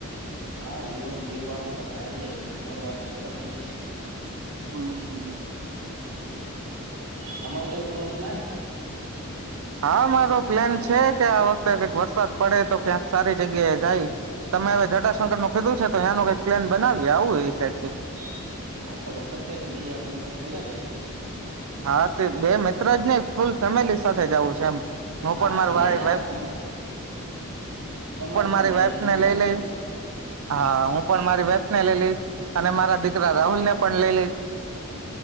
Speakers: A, on the right; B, on the right.
A: હા જીવન જીવવા હતું તો આપડે આવીએ મરવા હતું તો પેલા જ આવી જ
B: <inaudible>
A: તમારે કઈ ફરવાનું પ્લાન?
B: હા મારો પ્લેન છે કે આ વખતે કઈક વરસાદ પડે તો ક્યાંક સારી જગ્યાએ જાય તમે હવે જટાશંકરનું કીધું છે, તો અંયાનુ કઈક પ્લેન બનાવીએ
A: હા,
B: આવું એ સાઈડ કઈક.
A: તો વરસાદ થાય. તો બે આપડ મિત્રો ભેગા થાય
B: હા, તે બે મિત્ર જ નહી. ફૂલ ફેમિલી સાથે જવું છે. એમ હું
A: હા
B: પણ
A: હા
B: માર
A: એટલે
B: વા
A: ને
B: વાફ
A: આપ તમ તમારી
B: મારી
A: ફેમિલીને,
B: વાઈફ
A: અને
B: ને
A: અમારી
B: લઈ લઈ
A: ફેમિલી
B: હા, હું પણ મારી વાફ ને લઈ લઈશ અને મારા દીકરા રાહુલ ને પણ લઈ, લ <inaudible>